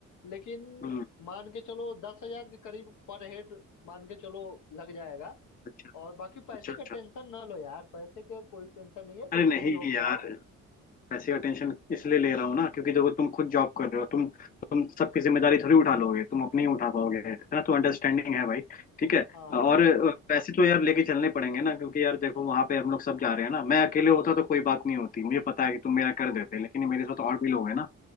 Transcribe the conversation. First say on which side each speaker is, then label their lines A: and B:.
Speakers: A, on the left; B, on the left.
A: लेकिन
B: हम्म
A: मान के चलो दस हजार के करीब पर हेड मान के चलो लग जाएगा
B: अच्छा
A: और बाकी पैसे
B: अच्छा अच्छा
A: का टेंशन ना लो यार पैसे का कोई टेंशन नहीं है
B: अरे
A: तुम
B: नहीं
A: फ्री होके
B: यार
A: आओ
B: पैसे का टेंशन इसलिए ले रहा हूँ ना क्योंकि देखो तुम खुद जॉब कर रहे हो तुम तुम सबकी जिम्मेदारी थोड़ी उठा लोगे तुम अपनी ही उठा पाओगे है ना तो अंडरस्टैंडिंग है भाई ठीक है
A: हाँ
B: और अ,
A: हाँ
B: पैसे तो यार लेके चलने पड़ेंगे ना क्योंकि यार देखो वहां पे हम लोग सब जा रहे हैं ना मैं अकेले होता तो कोई बात नहीं होती मुझे पता है कि तुम मेरा कर देते लेकिन मेरे साथ और भी लोग हैं ना